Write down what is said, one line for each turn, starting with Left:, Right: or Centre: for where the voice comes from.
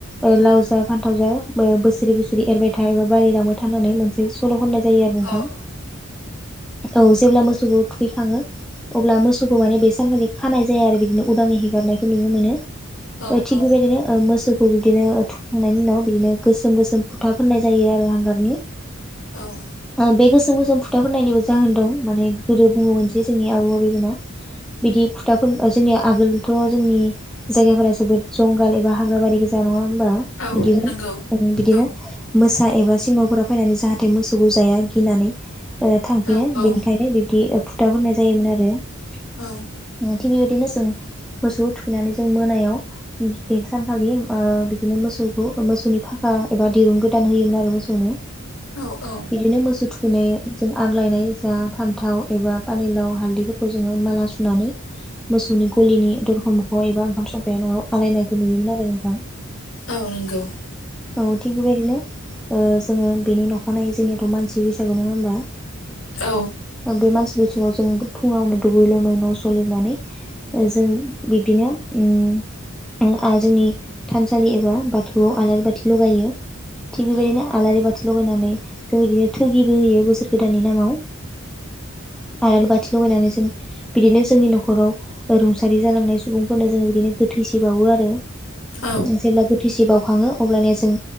Centre: ओ लाव जा फानथाव जा बोसोरै बोसोर एरबाय था एबा बाराय लांबाय थानानै मोनसे सल' होननाय जायो आरो नोंथा
Left: औ
Centre: औ जेब्ला मोसौखौ थुखैखाङो अब्ला मोसौ फोरखौ माने बे सानखालि खानाय जाया आरो बिदिनो उदाङै हेगारनायखौ नुनो मोनो
Left: औ
Centre: ओ थिग
Left: औ
Centre: बेबायदिनो ओ मोसौखौ बिदिनो थुखांनायनि उनाव बिदिनो गोसोम गोसोम फोन था फनाय जायो आरो हांगारनि
Left: औ
Centre: बेस गो गोसोम फुथाफोरनायनिबो जाहोन दं माने गोदो बुङोमोनसै जोंनि आबौ आबैमोना बिदि फुथाफोर जोंनिया आगोलथ' जोंनि जायगाफोरा जोबोद जंगाल एबा हाग्रा बारि गोजा नङा होमबा
Left: औ
Centre: बिदिमोन
Left: नंगौ
Centre: बिदिनो
Left: औ
Centre: मोसा एबा सिङावफोरा फैनानै जाहाथे मोसौखौ जाया गिनानै थांफिनो
Left: औ औ
Centre: बेनिखायनो बिब्दि फुथाहरनाय जायोमोन आरो ।
Left: औ ।
Centre: थिग बेबायदिनो जों मोसौखौ थुखैनानै जों मोनायाव बे सानखालि बिदिनो मोसौ मसौ मोसौनि फाखा एबा दिरुं गोदान होयोमोन आरो मोसौनो
Left: औ औ
Centre: बिदिनो मोसौ दिनै जों आग्लायनाय जा फान्थाव एबा पानिलाव हालदैफोरखौ जोङो माला सुनानै मोसौनि गलिनि दरखं मोखाङाव एबा ओंखाम संख्राया न' आलायनायखौ नुयोमोन आरो ।
Left: औ नंगौ ।
Centre: औ थिग बेबायदिनो ओ जोङो बेनि नखानायै जोंनियाथ' मानसि बैसागु नङा होमबा?
Left: औ
Centre: अ बे मानसि बैसा गुाव जों फुङावनो दुगै लोमै न' सलिनानै ओ जों बिबदिनो उम ओं आ जोंनि थानसालि एबा बाथौआव आलारि बाथि लगायो । थिग बेबायदिनो
Left: औ
Centre: आलारि बाथि लगायनानै जों बिदिनो थोगिबो होयो बोसोर गोदाननि नामाव । आरालि बाथि लगायनानै जों बिदिनो जोंनि न'खराव रुंसारि जालांनाय सुबुंफोरनो जोङो इदिनो गोथैसि बावो आरो ।
Left: औ
Centre: जेब्ला गोथैसि बावखाङो अब्लानिया जों